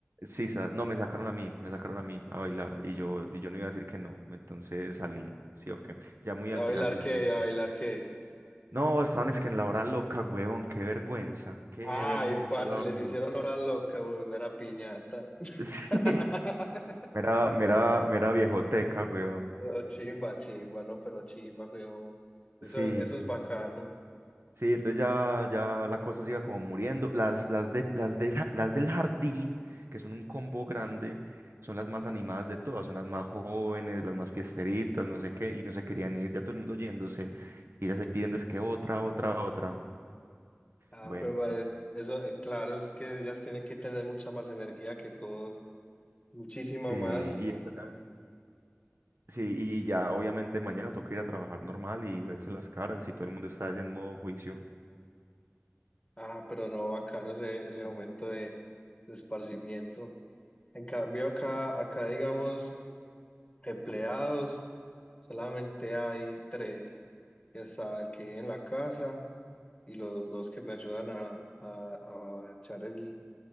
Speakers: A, on the right; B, on the left.
A: Sí, sa- no, me sacaron a mí, me sacaron a mí a bailar y yo, y yo no iba a decir que no, entonces salí, sí o qué, ya muy
B: ¿Y
A: al
B: a bailar
A: final de la
B: qué?
A: fiesta.
B: ¿Y a bailar qué?
A: No, están es que en la hora loca, huevón, qué vergüenza, qué
B: Ay,
A: vergüenza
B: parce,
A: la hora
B: les hicieron
A: loca.
B: hora loca, uy, mera piñata.
A: <laughs> Sí,
B: <laughs>
A: mera, mera, mera viejoteca, huevón.
B: No, chimba, chimba, no, pero chimba, weón. Eso,
A: Sí,
B: eso
A: sí.
B: es bacano.
A: Sí, entonces ya, ya la cosa siga como muriendo. Las, las, de, las, de ja- las del jardín, que son un combo grande, son las más animadas de todas, son las más jóvenes, las más fiesteritas, no sé qué, y no se querían ir, ya todo el mundo yéndose, y ya ahí pidiendo es que otra, otra, otra.
B: Ah,
A: Bueno,
B: pues, madre,
A: en-
B: eso, eh, claro, es que ellas tienen que tener mucha más energía que todos, muchísima
A: sí,
B: más.
A: y, esa- sí, y ya obviamente mañana toca ir a trabajar normal y verse las caras, y todo el mundo está en modo juicio.
B: Ah, pero no, bacano ese, ese momento de, de esparcimiento. En cambio, acá, acá, digamos, empleados, solamente hay tres. que Está el que vive en la casa, y los dos que me ayudan a, a- a echar el-